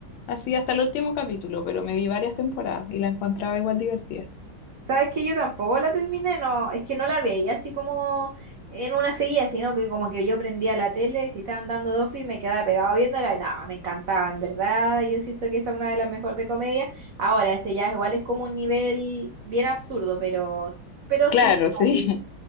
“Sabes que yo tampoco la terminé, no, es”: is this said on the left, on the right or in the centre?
Right